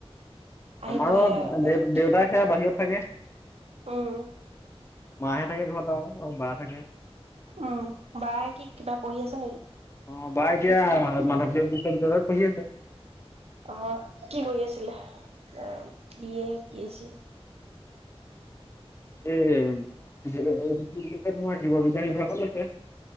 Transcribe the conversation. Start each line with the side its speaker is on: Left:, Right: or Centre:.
Right: আহিবহে
Left: আমাৰো
Right: হেৰিয়ত
Left: দেউ দেউতা সেয়া বাহিৰত থাকে
Right: উম
Left: মে থাকে ঘৰত আৰু বা থাকে
Right: উম বাাৰ কি কিবা পঢ়ি আছে নেকি
Left: অ বা এতিয়া মাধৱদেৱ বিশ্ববিদ্যালয়ত পঢ়ি আছে
Right: অ কি কৰি আছিলে বিয় কি আছিল
Left: এ তোমাৰ জীৱ বিজ্ঞান ভ ভ আছে